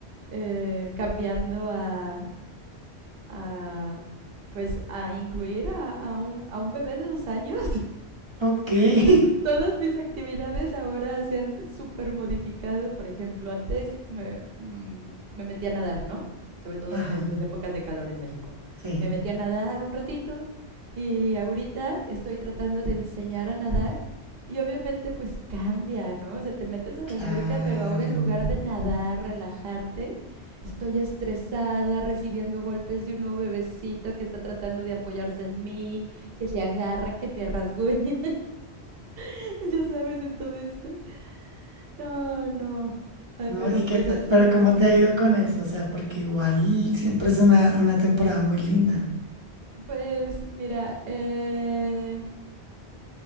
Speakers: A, on the right; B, on the right.
A: eh, cambiando a, a, pues a incluir a, a un, a un bebé de dos años.
B: Ok. <laughs>
A: Entonces, todas mis actividades ahora se han súper modificado. Por ejemplo, antes me, mm, me metía a nadar, ¿no? Sobre todo
B: Ajá,
A: en estas épocas de calor en México.
B: sí,
A: Me metí a nadar un ratito y ahorita estoy tratando de enseñar a nadar y obviamente pues cambia, ¿no? O sea, te metes a la
B: claro.
A: alberca, pero ahora en lugar de nadar, relajarte, estoy estresada, recibiendo golpes de un nuevo bebecito que está tratando de apoyarse en mí, que se agarra, que me rasguña. <laughs> ya sabes, en todo esto. Ah, no. Ay,
B: No,
A: pero
B: y
A: pues
B: qué ta-
A: así
B: pero
A: pasa.
B: ¿cómo te ha ido con eso? O sea, porque igual siempre es una, una temporada muy linda.
A: Pues mira, eh,